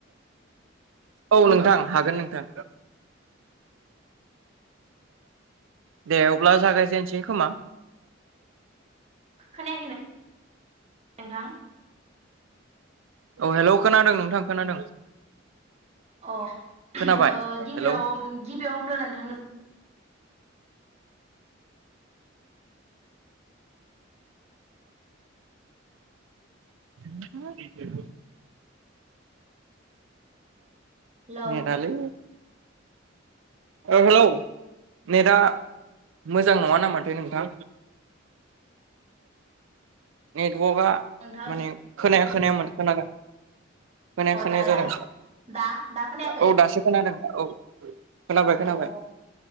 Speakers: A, on the right (about 80°); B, on the right (about 35°).
A: औ नोंथां हागोन नोंथां दे अब्ला जागायजेनसै खोमा?
B: खोनायाखैनो नोंथां?
A: औ हेलौ खोनादों नोंथां खोनादों।
B: अ
A: खोनाबाय
B: गिबियाव
A: हेलौ
B: गिबियाव होमब्ला नोंथांनो
A: <unintelligible>
B: हेलौ
A: नेरथालै हेलौ नेदा मोजां नङा नामाथो नोंथां? नेटवर्कआ
B: नोंथां
A: माने खोनाया <unintelligible> खोनादों खोनाया
B: अ
A: खोनाया
B: दालाय
A: जादों।
B: दा दा खोनायाखै?
A: औ दासो औ खोनाबाय खोनाबाय
B: अ अ